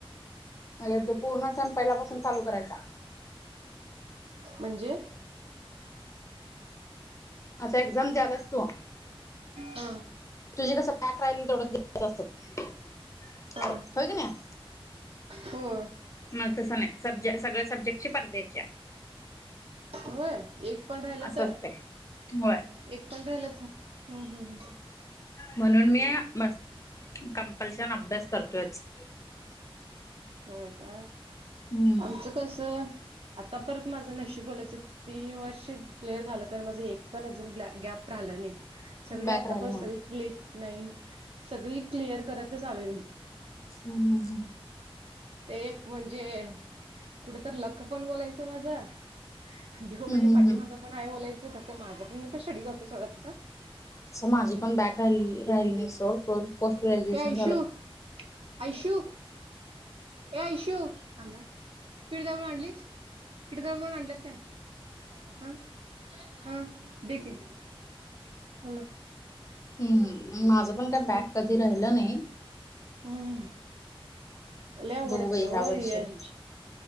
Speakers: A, on the left; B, on the right.
A: अगे तो पूर्ण सम पहिलापासून चालू करायचा
B: म्हणजे
A: आता एक्झाम देआलास तू?
B: हा
A: तुझं कसं बॅक राहिलेलं तेवढेच द्यायचं असत्यात
B: हा
A: होय की नाही?
B: होय.
A: नाही तस नाही सब्जट सगळ्या सब्जेक्टची परद्यायच्या
B: होय एक पण राहिलं
A: असं
B: तर?
A: असतय होय
B: एक पण राहिलं तर हम्म हम्म हम्म.
A: म्हणून मी मस कंपल्शन अभ्यास करतोयच
B: होय का
A: हम्म
B: आमचं कस, आता परत माझं नशी बोलायचं तीन वर्ष क्लिअर झालं कारण म्हणजे एक पण अजून गॅप राहिलं नाही. सगळी
A: बॅक
B: आतापण
A: राहिला नाही
B: सळी क्लि नाही सगळी क्लिअर करतच आले मी
A: हम्म हम्म हम्म.
B: ते एक म्हणजे कुठ तर लक पण बोलायचं माझं देव माझे
A: हम्म
B: पाठी
A: हम्म हम्म
B: माझं पण आहे बोलायचं तसं माझं पण हे पण स्टडी करतो थोडं तसं
A: तसं माझी पण बॅक राहि राहिली नाही तस पोस्ट ग्रॅज्युएशन
B: ए ऐशू
A: झालं.
B: ऐशू ए ऐशू थांब पीठ दळून आणलीस? हिकडन पण आणल्यात काय? हा, हा दे की. हॅलो.
A: हम्म माझं पण काय बॅक
B: हम्म
A: कधी राहिलं नाही.
B: हम्म लय अवघड
A: बघू
B: असते
A: बाई
B: ओ
A: ह्या वर्षी
B: याज